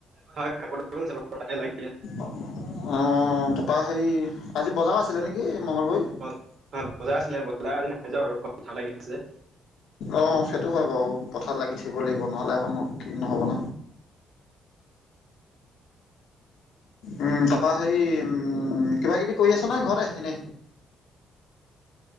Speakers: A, on the right; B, on the left.
A: হয় কাপোৰ তাতে লাগি আছে।
B: অ', তাৰপৰা হেৰি আজি বজাৰ আছিলে নেকি মঙলদৈ।
A: হয়, বজাৰ আছিলে বজাৰ আজি নাই যোৱা বাৰু পথাৰত লাগি আছে যে।
B: অ', সেইটো হয় বাও, পথাৰ লাগি থাকিব লাগিব নহলে আকৌ কি নহ'ব ন। উম, তাপা হেই উম কিবা কিবি কৰি আছ নে! ঘৰত এনে।